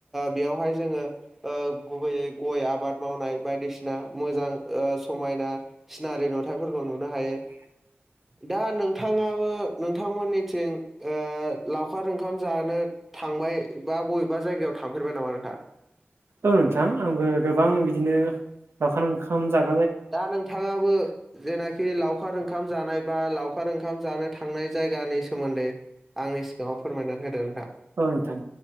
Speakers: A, in the centre; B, on the right.
A: बेयावहाय बेहाय जोङो ओ गुबैयै गय आबाद मावनाय बायदिसिना मोजां ओ समायना सिनारि नुथायफोरखौ नुनो हायो।
B: <inaudible>
A: दा नोंथाङाबो नोंथांमोननि थिं ओ लावखार ओंखाम जानो थांबाय बा बबेबा जायगायाव थांफेरबाय नामा नोंथां? <unintelligible>
B: औ नोंथां आंबो गोबां बिदिनो लावखार ओंखाम जागोन
A: दा नोंथाङाबो जेनाखि लावखा खार ओंखाम जानाय बा लावखार ओंखाम जानो थांनाय जायगानि सोमोन्दै आंनि सिगाङाव फोरमायनानै होदों नोंथां?
B: औ नोंथां